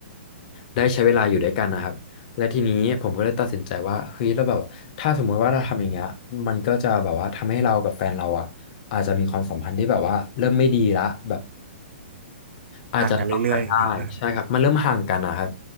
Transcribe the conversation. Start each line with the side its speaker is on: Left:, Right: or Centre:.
Left: ได้ใช้เวลาอยู่ด้วยกันนะครับและทีนี้ผมก็เลยตัดสินใจว่าเฮ้ยแล้วแบบถ้าสมมุติว่าเราทำอย่างเงี้ยมันก็จะแบบว่าทำให้เรากับแฟนเราอ่ะอาจจะมีความสัมพันธ์ที่แบบว่าเริ่มไม่ดีละแบบ อาจจะล็อกกันได้ใช่ครับมันเริ่มห่างกันนะครับ
Right: ห่างกันเรื่อยๆอย่างเงี้ยนะ